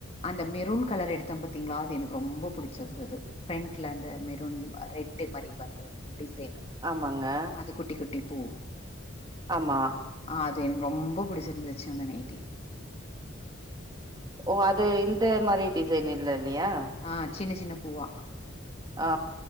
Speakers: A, on the left; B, on the right.
A: அந்த மெரூன் கலர் எடுத்தே பாத்திங்களா அது எனக்கு ரொம்ப புடிச்சிருந்தது ஃப்ரண்ட்ல அந்த மெரூன் ரெட்டு் மாரி வந்த டிசைனு
B: ஆமாங்க
A: அது குட்டி குட்டி பூ
B: ஆமா
A: ஆ அது எனக்கு ரொம்ப புடிச்சிருந்துச்சு அந்த நைட்டி
B: ஓ அது இந்த மாரி டிசைன் இல்ல இல்லையா
A: ஆ சின்ன சின்ன பூவா
B: ஆ